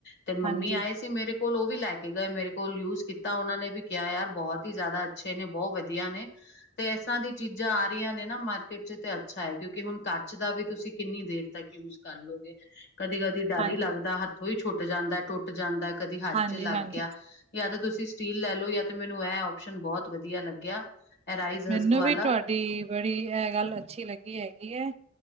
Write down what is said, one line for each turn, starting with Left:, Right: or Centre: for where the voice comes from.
Left: ਤੇ ਮੰਮੀ
Right: ਹਾਂਜੀ
Left: ਆਏ ਸੀ ਮੇਰੇ ਕੋਲ ਉਹ ਵੀ ਲੈ ਕੇ ਗਏ ਮੇਰੇ ਕੋਲ ਯੂਜ ਕੀਤਾ ਉਹਨਾਂ ਨੇ ਵੀ ਕਿਹਾ ਯਾਰ ਬਹੁਤ ਹੀ ਜ਼ਿਆਦਾ। ਅੱਛੇ ਨੇ, ਬੋ ਵਦੀਆ ਨੇ, ਤੇ ਇਸਸ੍ਹਾਂ ਦੀ ਚੀਜ਼ਾਂ ਆ ਰਈਆਂ ਨੇ ਨਾ ਮਾਰਕੀਟ ਚ, ਤੇ ਅੱਛਾ ਹੈ, ਕਿਉਂਕਿ ਹੁਣ ਕਾਚ ਦਾ ਵੀ ਤੁਸੀਂ ਕਿੰਨੀ ਦੇਰ ਤੱਕ ਯੂਜ਼ ਕਰ ਲੋਗੇ? ਕਦੀ-ਕਦੀ ਡਰ
Right: ਹਾਂਜੀ
Left: ਈ ਲੱਗਦਾ ਹੱਥ ਥੋਂ ਈ ਛੁੱਟ ਜਾਂਦਾ, ਟੁੱਟ ਜਾਂਦਾ, ਕਦੀ ਹੱਥ
Right: ਹਾਂਜੀ
Left: ਚ ਲੱਗ
Right: ਹਾਂਜੀ
Left: ਗਿਆ। ਯਾ ਤੇ ਤੁਸੀਂ ਸਟੀਲ ਲੈ ਲੋ, ਯਾ ਤੇ ਮੈਨੂੰ ਏਹ ਔਪਸ਼ਨ ਬੋਹੋਤ ਵਦੀਆ ਲੱਗਿਆ। ਰਾਈਸ
Right: ਮਨੂੰ
Left: ਹਸਕ ਵਾਲਾ
Right: ਵੀ ਤੁਆਡੀ ਬੜੀ ਏਹ ਗੱਲ ਅੱਛੀ ਲੱਗੀ ਹੈਗੀ ਏ।